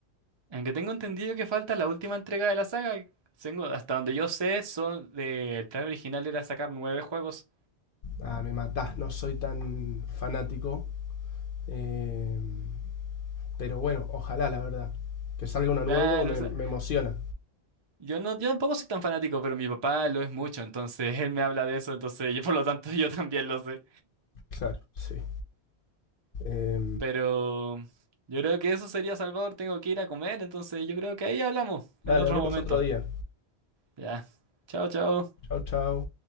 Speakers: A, on the right (about 35°); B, on the left (about 60°).
A: Aunque tengo entendido que falta la última entrega de la saga. Tengo, hasta donde yo sé, son de- el plan original era sacar nueve juegos.
B: Ah, me matás, no soy tan fanático, Eh, pero bueno, ojalá, la verdad. Que salga uno
A: Claro,
B: nuevo me,
A: o sea,
B: me emociona.
A: yo no, yo tampoco soy tan fanático, pero mi papá lo es mucho, entonces <laughs> él me habla de eso, entonces yo por lo tanto <laughs> yo también lo sé.
B: Claro, sí. Eh,
A: Pero yo creo que eso sería, Salvador, tengo que ir a comer, entonces yo creo que ahí hablamos
B: dale,
A: en otro
B: hablemos
A: momento.
B: otro día.
A: Ya. Chao, chao.
B: Chao, chao.